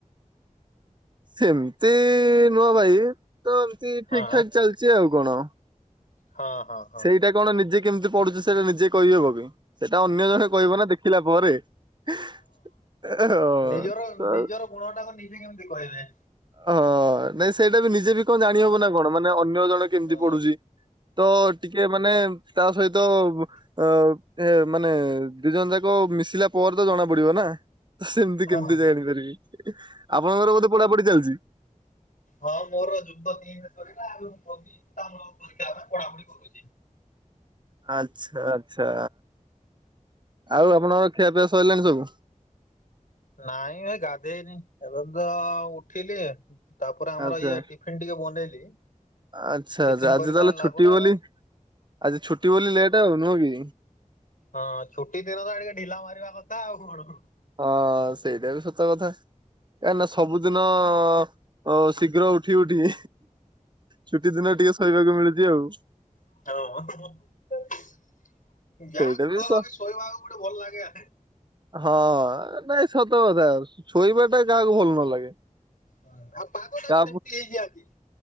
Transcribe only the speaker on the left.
ହଁ
ହଁ ହଁ। ହଁ
ନିଜର
ନିଜର ଗୁଣ ଟାକୁ ନିଜେ କେମିତି କହିବେ।
ହଁ
ହଁ
ହଁ ମୋର ଯୁକ୍ତ ତିନି ସରିଲା ଆଗକୁ। <unintelligible> ତାପର ଆଉ ପରୀକ୍ଷା ହେଲା ପଡାପୁଡି କରୁଛି।
ନାଇଁ ଭାଇ ଗାଧେଇନି ଏବେ ତ ଉଠିଲି ତାପରେ ଆମର
ଇଏ ଟିଫିନ ଟିକେ ବନେଇଲି।
ଟିଫିନ
କରି
ସାରିଲା
ପରେ
ହଁ
ହଁ ଛୁଟି ଦିନ ତ ଏଣିକେ ଢିଲା ମାରିବା କଥା ଆଉ କଣ।
ହଁ। ଜା
କହ
ଆଜି ଶୋଇବାକୁ ଗୋଟେ ଭଲ ଲାଗେ ହେଁ।
ହଁ ଆଉ ପାଗ ଟା
ବି ସେମିତି ହେଇଛି ଆଜି।